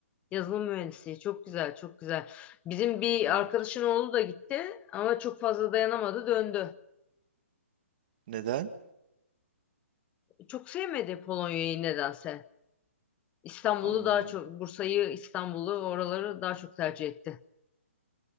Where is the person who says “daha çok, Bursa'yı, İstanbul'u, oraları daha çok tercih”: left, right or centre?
Left